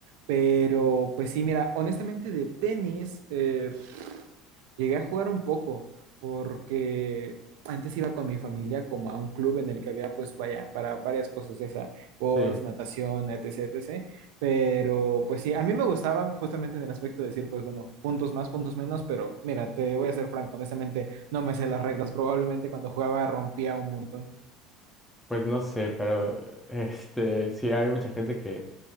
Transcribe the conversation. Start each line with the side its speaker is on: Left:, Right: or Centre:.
Right: Pero, pues sí, mira, honestamente de tenis eh, llegué a jugar un poco porque antes iba con mi familia como a un club en el que había, pues vaya, para varias cosas de esa, golf,
Centre: Sí,
Right: natación, etc, etc. Pero, pues sí, a mí me gustaba justamente en el aspecto de decir, pues bueno, puntos más, puntos menos, pero mira, te voy a ser franco, honestamente no me sé las reglas, probablemente cuando jugaba rompía un montón.
Centre: pues no sé, pero este, sí hay mucha gente que,